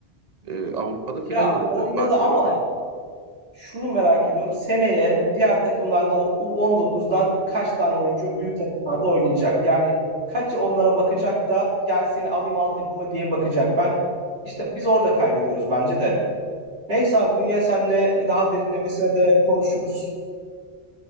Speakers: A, on the right; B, on the right.
A: e, Avrupa'da final
B: ya
A: oynadı
B: oynadı
A: Barcelona'yla.
B: ama Şunu merak ediyorum. Seneye diğer takımlarda o U19'dan kaç tane oyuncu büyük takımlarda oynayacak? Yani kaç onlara bakacak da gel seni alayım altyapıma diye bakacak. Ben işte biz orada kaybediyoruz bence de. Neyse abi bunu ya senle daha derinlemesine de konuşuruz.